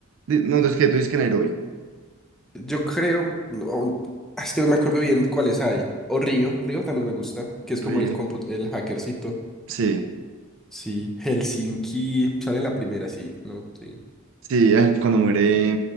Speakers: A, on the right; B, in the centre.
A: di- no, entonces que tú dices que en Heroi.
B: Yo creo, no, es que no me acuerdo bien cuáles hay. O Río, Río también me gusta, que es como
A: Re-
B: el compu- el hackercito.
A: Sí,
B: Sí, Helsinki sale en la primera, sí, ¿no? Sí.
A: sí, ay, cuando muere